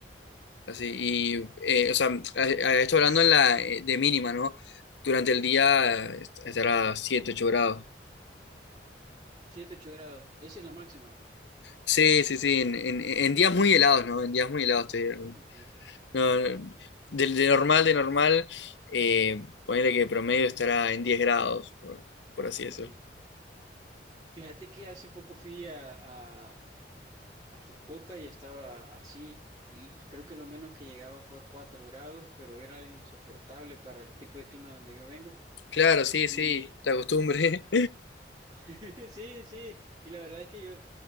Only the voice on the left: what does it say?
Así,
y, eh, o sea, a- a esto hablando en la, eh, de mínima, ¿no? Durante el día eh, estará 7 8 grados.
Sí, sí, sí, en, en- en días muy helados, ¿no? En días muy helados. te digo.
No, no, de, de normal, de normal, eh, ponele que promedio estará en 10 grados, por, por así decirlo.
Claro, sí,
sí, la costumbre.